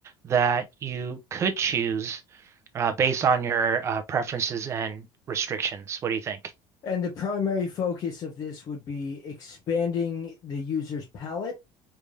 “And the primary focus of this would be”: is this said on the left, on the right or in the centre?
Left